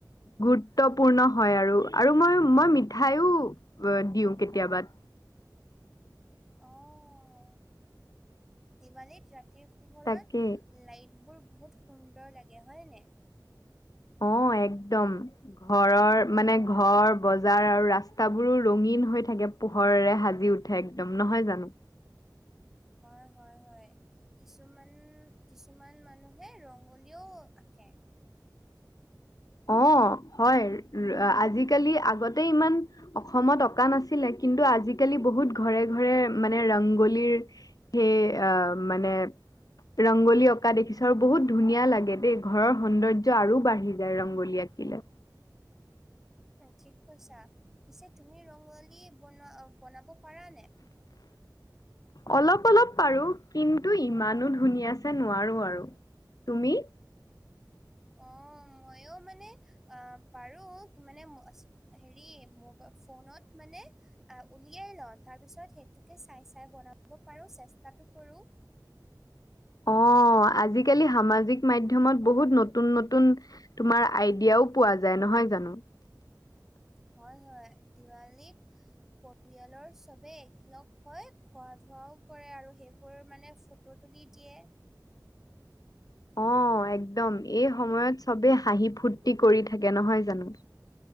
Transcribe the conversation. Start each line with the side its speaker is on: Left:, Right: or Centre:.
Left: গুৰুত্বপূৰ্ণ হয় আৰু, আৰু মই-মই মিঠাইও দিওঁ কেতিয়াবা।
Centre: অ দিৱালীত ৰাতিৰ পোহৰত
Left: তাকে।
Centre: লাইটবোৰ বহুত সুন্দৰ লাগে হয়নে?
Left: অ', একদম। ঘৰৰ মানে, ঘৰ বজাৰ আৰু ৰাস্তাবোৰো ৰঙীন হৈ থাকে। পোহৰেৰে সাজি উঠে একদম, নহয় জানো?
Centre: হয়, হয়, হয়। কিছুমান, কিছুমান মানুহে ৰঙলীও আঁকে।
Left: অ', হয়, আজিকালি আগতে ইমান অসমত অঁকা নাছি ছিলে, কিন্তু আজিকালি বহুত ঘৰে ঘৰে মানে, ৰংগোলীৰ সেই আহ মানে ৰংগোলী অঁকা দেখিছ' আৰু বহুত ধুনীয়া লাগে দেই, ঘৰৰ সৌন্দৰ্য আৰু বাঢ় ৰংগোলী আকিলে।
Centre: ঠিক কৈছা, পিছে তুমি ৰঙালী বনাব বনাব পাৰানে নাই?
Left: অলপ অলপ পাৰো কিন্তু, ইমানো ধুনীয়াছে নোৱাৰো আৰু তুমি?
Centre: অ', মইো মানে আহ পাৰো, মানে হেৰি ম ফোনত মানে আহ উলিয়াই লওঁ, তাৰ পিছত সেইটোকে চাই চাই বনাব পাৰোঁ চেষ্টাটো কৰোঁ।
Left: অ', আজিকালি সামাজিক মাধমত বহুত নতুন নতুন, তোমাৰ আইডিয়াও পোৱা যায় নহয় জানো?
Centre: হয় হয়, দিৱালীত পৰিয়ালৰ চবে একেলগ হৈ খোৱা ধোৱাও কৰে, আৰু সেইবোৰ মানে ফু তুলি দিয়ে।
Left: অ', একদম এই সময়ত চবেই হাঁহি ফূুৰ্তি কৰি থাকে নহয় জানো?